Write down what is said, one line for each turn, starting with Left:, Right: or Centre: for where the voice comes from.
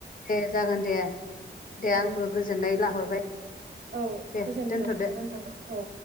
Left: दे जागोन दे दे आंबो
Right: औ
Left: गोजोननाय लाहरबाय।
Right: औ
Left: दे
Right: गोजोनथों
Left: दोनथ'दो
Right: औ